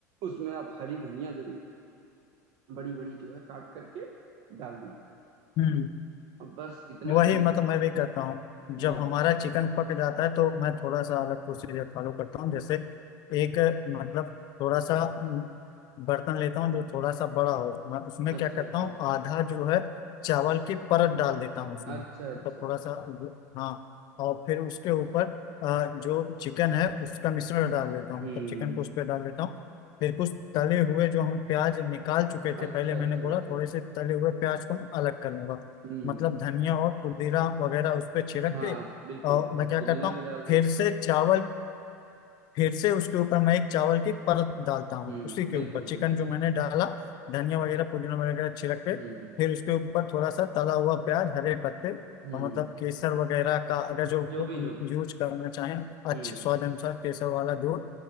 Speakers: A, on the right (about 55°); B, on the left (about 50°).
A: उसमें आप हरी धनिया जरूर बड़ी बड़ी जो है काट करके डाल दीजिए
B: हम्म
A: अब बस इतना
B: वही
A: करने
B: मतलब मैं भी करता हूँ
A: जी
B: जब
A: जी
B: हमारा चिकन पक जाता है तो मैं थोड़ा सा अलग प्रोसीजर फॉलो करता हूँ जैसे एक मतलब थोड़ा सा म, बर्तन लेता हूँ जो थोड़ा सा बड़ा हो मैं उसमें
A: अच्छा
B: क्या करता
A: अच्छा
B: हूँ आधा जो है चावल की परत डाल देता हूँ उसमें
A: अच्छा अच्छा
B: मतलब थोड़ा
A: अच्छा
B: सा जो- हाँ और फिर उसके ऊपर अ, जो चिकन है उसका मिश्रण डाल देता हूँ
A: हम्म
B: मतलब चिकन को उस पर डाल देता हूँ फिर कुछ तले हुए जो हम प्याज निकाल चुके थे
A: अच्छा
B: पहले
A: अच्छा
B: मैंने बोला
A: अच्छा
B: थोड़े से तले हुए प्याज को मैं अलग कर लूंगा
A: हम्म
B: मतलब धनिया और पुदीना वगैरह उस पे छिड़क
A: हाँ
B: के
A: बिल्कुल
B: और
A: बिल्कुल
B: मैं क्या
A: पुदीना
B: करता हूँ
A: भी डाल देंगे
B: फिर से चावल फिर से उसके ऊपर मैं एक चावल की परत डालता हूँ
A: हम्म
B: उसी के
A: बिल्कुल
B: ऊपर चिकन
A: बिल्कुल
B: जो मैंने डाला धनिया वगैरह पुदीना वगैरह छिड़क के
A: हम्म
B: फिर उसके ऊपर थोड़ा सा तला हुआ प्याज हरे पत्ते
A: हम्म
B: और मतलब केसर वगैरह का अगर जो
A: जो भी जो भी
B: यूज करना चाहें
A: हम्म
B: अच्छे स्वाद अनुसार केसर वाला दूध